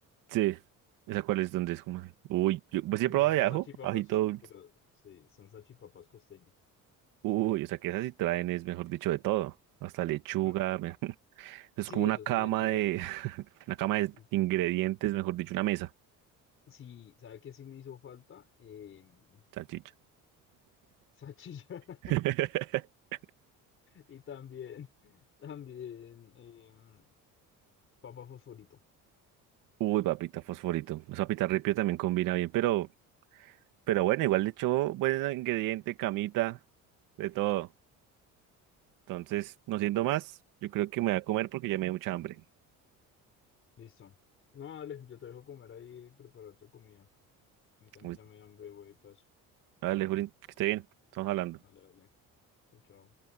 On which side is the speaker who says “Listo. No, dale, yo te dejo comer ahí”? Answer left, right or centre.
Left